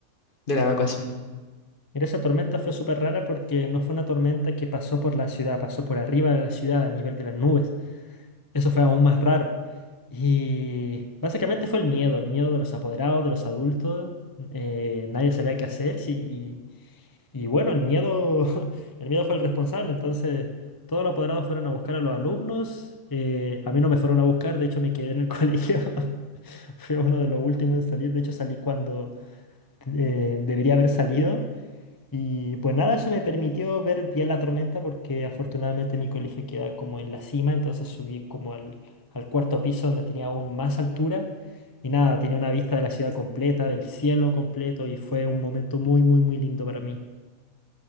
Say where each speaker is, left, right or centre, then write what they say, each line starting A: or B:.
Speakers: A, on the left; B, on the left.
A: de la evacuación?
B: Mira, esa tormenta fue súper rara porque no fue una tormenta que pasó por la ciudad, pasó por arriba de la ciudad, a nivel de las nubes. Eso fue aún más raro. Y básicamente fue el miedo, el miedo de los apoderados, de los adultos. eh, nadie sabía qué hacer. sí, y, y bueno, el miedo, <laughs> el miedo fue el responsable. Entonces, todos los apoderados fueron a buscar a los alumnos. eh, a mí no me fueron a buscar, de hecho me quedé en el <laughs> colegio. Fue uno de los últimos en salir. De hecho, salí cuando eh, debería haber salido. Y pues nada, eso me permitió ver bien la tormenta porque afortunadamente mi colegio queda como en la cima, entonces subí como al, al cuarto piso donde tenía aún más altura y nada, tenía una vista de la ciudad completa, del cielo completo y fue un momento muy, muy, muy lindo para mí.